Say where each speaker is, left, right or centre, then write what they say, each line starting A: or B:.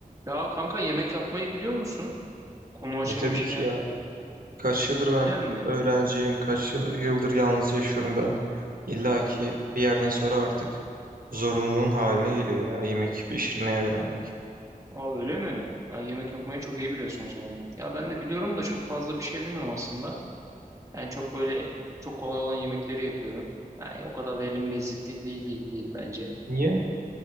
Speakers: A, on the right; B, on the right.
A: Ya kanka yemek yapmayı biliyor musun? Konu açılmışken.
B: Ya tabii ki ya. Kaç yıldır
A: Cidden
B: ben
A: mi?
B: öğrenciyim, kaç yıl- yıldır yalnız yaşıyorum ben. İlla ki bir yerden sonra artık zorunluluğun haline geliyor ya yemek pişirmeyi öğrenmek.
A: Aa öyle mi? Aa, yemek yapmayı çok iyi biliyorsun o zaman. Ya ben de biliyorum da çok fazla bir şey bilmiyorum aslında. Yani çok böyle çok kolay olan yemekleri yapıyorum. Yani o kadar da elim lezzetli değil, değil, değil bence.
B: Niye?